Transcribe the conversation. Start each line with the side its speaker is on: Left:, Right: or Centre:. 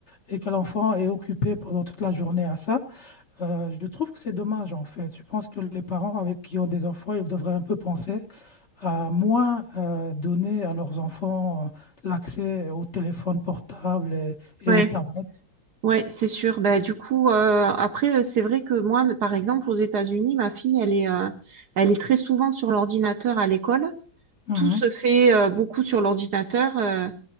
Left: et que l'enfant est occupé pendant toute la journée à ça, euh, je trouve que c'est dommage en fait. Je pense que les parents avec qui ont des enfants, ils devraient un peu penser à moins euh, donner à leurs enfants euh, l'accès aux téléphones portables et, et
Right: ouais,
Left: aux tablettes.
Right: ouais, c'est sûr. Ben, du coup, euh, après, euh, c'est vrai que moi, mais par exemple, aux États-Unis, ma fille, elle est, euh, elle est très souvent sur l'ordinateur à l'école.
Left: Mhm,
Right: Tout se fait euh, beaucoup sur l'ordinateur. euh,